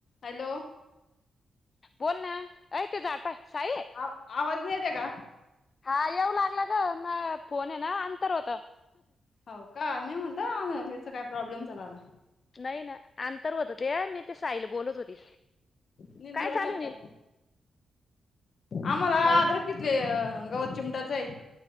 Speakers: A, on the left (about 55°); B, on the left (about 35°).
A: Hello
B: बोल ना अऐ ते झाड पाय साहे
A: आवाजने येत का
B: हा येऊ लागला ग म फोन आहे ना अंतर होत
A: हो का मी म्हणलं याचा काय प्रॉब्लेम झाला आता
B: नाही ना अंतर होत ते मी ते साईल बोलत होती
A: निंदुराला
B: काय चालू
A: का आम्हाला
B: नाही
A: आदर कितले गवत चिमटाच आहे